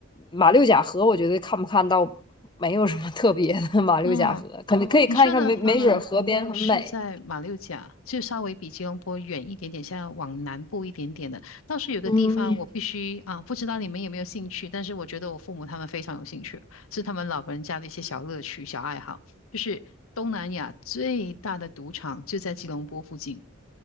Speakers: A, on the left; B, on the left.
A: 马六甲河，我觉得看不看到没有什么特别的马六甲河，
B: 嗯。
A: 可能可以看一看，
B: 你说的荷兰红屋是在马六甲，
A: 没没准河边很美。
B: 就稍微比吉隆坡远一点点，像往南部一点点的。倒是有个地方我必须啊，
A: 嗯，
B: 不知道你们有没有兴趣，但是我觉得我父母他们非常有兴趣，是他们老人家的一些小乐趣、小爱好。就是东南亚最大的赌场就在吉隆坡附近，